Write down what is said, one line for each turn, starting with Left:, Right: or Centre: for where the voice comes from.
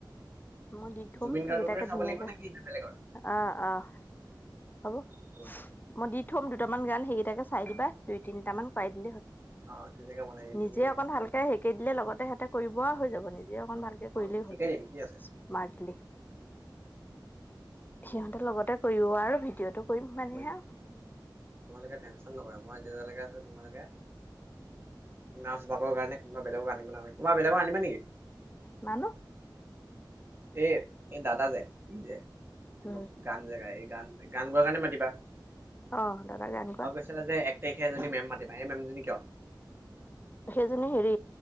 Left: মই দি থম,
Right: জুবিন
Left: সেইকেইটাকে
Right: গাৰ্গকে চাব
Left: ধুনীয়াকে
Right: লাগিব নে কি নে বেলেগৰ
Left: অ', অ', হ'ব।
Right: হব দিয়া।
Left: মই দি থম দুটামান গান সেইকেইটাকে চাই দিবা, দুই তিনিট মান চাই দিলে হ'ল।
Right: অ ধুনীয়াকে বনাই দিম
Left: নিজে
Right: তুমি
Left: অকন ভালকে হেৰী কৰি দিলে লগতে সিহঁতে কৰিব আও হৈ যাব, নিজে অকন ভাল কৰিলেই
Right: অ শিকাই
Left: হ'ল
Right: দিম কি আছে
Left: স্মাৰ্টলি সিহঁতে লগতে কৰিব আৰু ভিডিঅ'টো কৰিম মানেহে
Right: তোমালোকে টেনচন নকৰে মই যেতিয়ালৈকে আছো তোমালোকে নাচ ভাগৰ কাৰণে কোনবা বেলেগক আনিব নালাগে কোনবা বেলেগক আনিব নেকি?
Left: নানো
Right: এ এই দাদা যে- ই যে-
Left: উম
Right: গান যে গায় এই গান গান গোৱাৰ কাৰণে মাতিবা।
Left: অ দাদা জানে
Right: আৰু কৈছিলে যে -এক তাৰিখে এজনী মেম মাতিম সেই মেমজনী কিয়?
Left: সেইজনী হেৰি